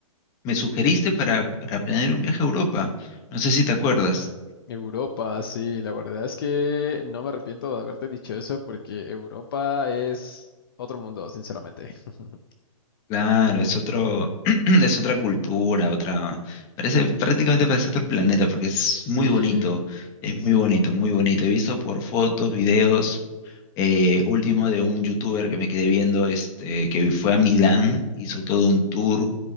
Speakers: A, on the left; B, on the left.
A: me sugeriste para, para planear un viaje a Europa. No sé si te acuerdas.
B: Europa, sí, la verdad es que no me arrepiento de haberte dicho eso porque Europa es otro mundo, sinceramente. <laughs>
A: Claro, es otro, <clears throat> es otra cultura, otra, parece, prácticamente parece otro planeta, porque es
B: Sí,
A: muy bonito, es
B: sí,
A: muy
B: sí,
A: bonito, muy bonito. He visto por fotos, videos, eh, último de un youtuber que me quedé viendo, este, que fue a Milán, hizo todo un tour